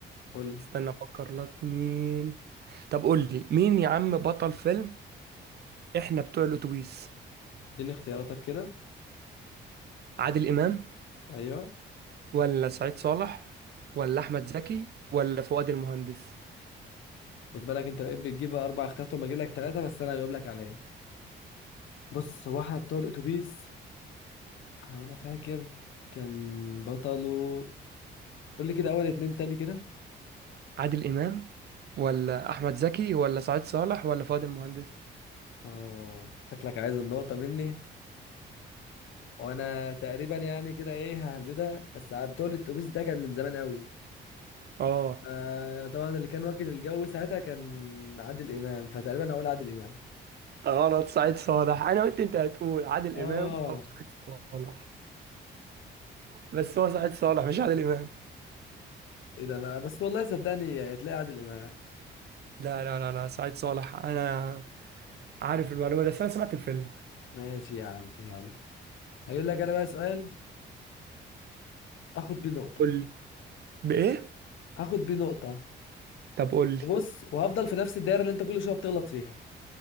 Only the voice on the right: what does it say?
استنى افكر لك مين طب قول لي مين يا عم بطل فيلم احنا بتوع الاتوبيس
عادل امام
ولا سعيد صالح ولا احمد زكي ولا فؤاد المهندس
عادل امام ولا احمد زكي ولا سعيد صالح ولا فؤاد المهندس
اه
غلط سعيد صالح انا قلت انت هتقول عادل
امام او سعيد صالح بس هو سعيد صالح مش عادل امام
لا لا لا لا سعيد صالح انا عارف المعلومه دي، بس انا سمعت الفيلم
قول لي بايه
طب قول لي